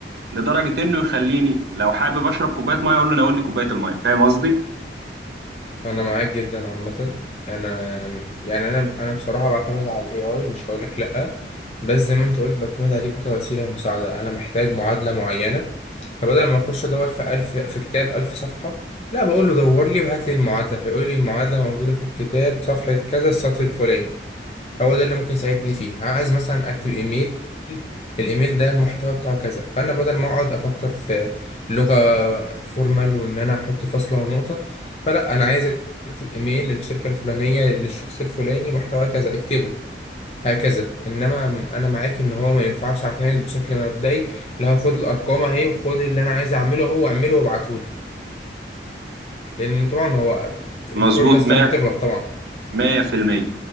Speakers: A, on the right (about 70°); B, on the left (about 35°).
A: لدرجه انه يخليني لو حابب اشرب كوبايه ميه اقول له ناولني كوبايه الميه فاهم قصدي
B: انا معاك جدا عامه انا يعني انا انا بصراحه بعتمد على الاي اي مش هقول لك لا بس زي ما انت قلت بعتمد عليه كوسيله مساعده انا محتاج معادله معينه فبدل ما اخش ادور في الف في كتاب الف صفحه لا بقول له دور لي وهات لي المعادله فيقول لي المعادله موجوده في الكتاب صفحه كذا السطر الفلاني هو ده اللي ممكن يساعدني فيه عايز مثلا اكتب ايميل الايميل ده المحتوى بتاعه كذا فانا بدل ما اقعد افكر في لغة فورمال وان انا احط فاصلة ونقطة فلا انا عايز اكتب ايميل للشركة الفلانية للشخص الفلاني محتوى كذا اكتبه هكذا انما م- انا معاك ان هو ما ينفعش اعتمد بشكل مبدئي اللي هو خد الارقام اهي وخد اللي انا عايز اعمله هو اعمله وابعتهولي لان طبعا هو
A: مظبوط
B: الفورمولا بتاعته
A: 100
B: بتغلط طبعا
A: 100%